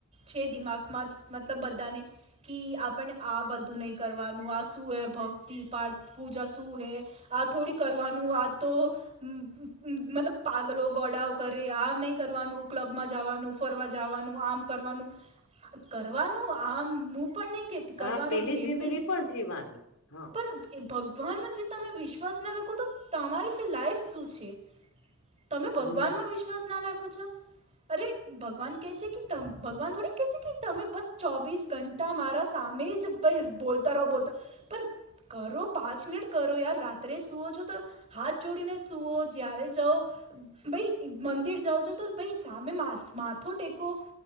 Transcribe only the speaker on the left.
હા પેલી
જિંદગી પણ જીવવાની હા
હમ